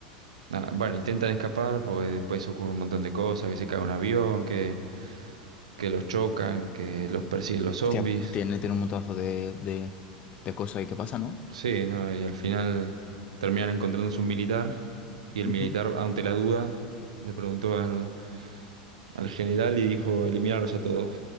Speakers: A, on the right; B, on the left.
A: Ah, bueno, intentan escapar porque después ocurre un montón de cosas, que se cae un avión, que, que los chocan, que los persiguen los
B: Hostia,
A: zombies.
B: pues tiene, tiene un montazo de, de, de cosas ahí que pasa, ¿no?
A: Sí, ¿no? Y al final terminan encontrándose un militar y
B: Ujú.
A: el militar, ante la duda, le preguntó al, al general y dijo, eliminarlos a todos.